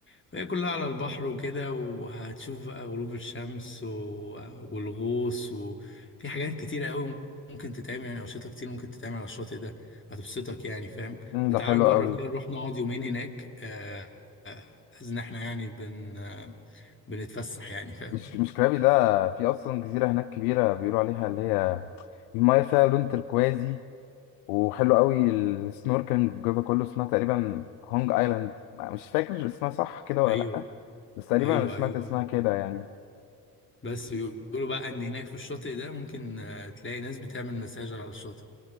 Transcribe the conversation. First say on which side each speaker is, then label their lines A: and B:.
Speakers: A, on the left; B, on the left.
A: فهي كلها على البحر وكده وهتشوف بقى غروب الشمس و... والغوص وفي حاجات كتيرة قوي ممكن تتعمل يعني أنشطة كتير ممكن تتعمل على الشاطئ ده هتبسطك يعني فاهم
B: امم
A: فتعال
B: ده حلو
A: نجرب
B: قوي
A: كده نروح نقعد يومين هناك آه، إن إحنا يعني بن آه، بنتفسح يعني فاهم
B: مش مش كرابي ده في اصلا جزيره هناك كبيره بيقولوا عليها اللي هي المايه فيها لون تركوازي وحلو قوي السنوركلينج الجزء كله اسمها تقريبا هونج ايلاند مش فاكر اسمها صح كده ولا
A: أيوه
B: لأ بس تقريبا
A: أيوه
B: انا سمعت
A: أيوه
B: اسمها
A: أيوه
B: كده يعني
A: بس بيقولوا بقى إن هناك في الشاطئ ده ممكن آه، تلاقي ناس بتعمل مساج على الشاطئ